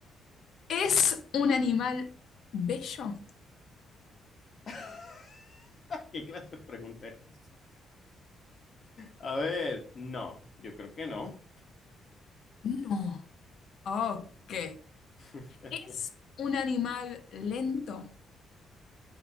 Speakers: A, on the left; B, on the left.
A: ¿Es un animal bello?
B: <laughs> ¿Qué clase de pregunta es esta? A ver, no, yo creo que no.
A: No. Ok.
B: <laughs>
A: ¿Es un animal lento?